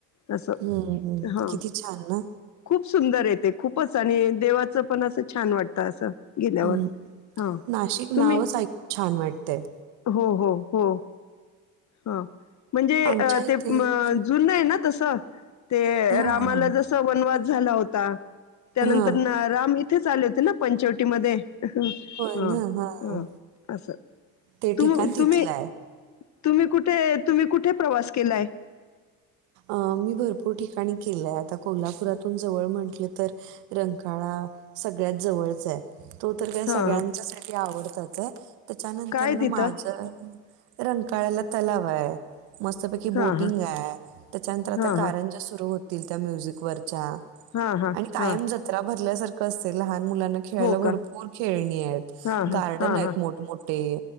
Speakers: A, on the left; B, on the right.
A: अस
B: हं, हं.
A: हा
B: किती छान ना?
A: खूप सुंदरय ते खूपच आणि देवाचं पण असं छान वाटतं असं गेल्यावर
B: हम्म
A: हां
B: नाशिक नावच
A: तुम्ही
B: ऐकून छान वाटतय
A: हो हो हो ह म्हणजे
B: आमच्या
A: ते
B: इथे पण
A: जुनंय ना तसं ते
B: हां,
A: रामाला
B: हां.
A: जस वनवास झाला होता त्या नंतर
B: हां.
A: ना राम इथेच आले होते ना पंचवटी मध्ये हा
B: होय ना? हां.
A: ह असं
B: ते
A: तुम
B: ठिकाण तिथलं
A: तुम्ही
B: आहे.
A: तुम्ही कुठे तुम्ही कुठे प्रवास केलाय?
B: अ मी भरपूर ठिकाणी केलाय आता कोल्हापुरातून जवळ म्हटलं तर रंकाळा सगळ्यात जवळचाय तो तर काय
A: हा
B: सगळ्यांच्या
A: हा
B: साठी आवडतच आहे त्याच्यानंतरन
A: काय तिथं
B: माझ्या रंकाळ्याला तलावाय मस्तपैकी
A: हा
B: बोटिंगाय
A: हा
B: त्याच्यानंतर आता
A: हा
B: कारंज्या
A: हा
B: सुरू होतील त्या म्युझिक वरच्या
A: हा हा
B: आणि कायम
A: हा
B: ज ञा भरल्यासारखं असतय लहान मुलांना खेळाला
A: हो
B: भरपूर
A: का
B: खेळणीयत
A: हा हा
B: गार्डनयत
A: हा हा
B: मोठमोठे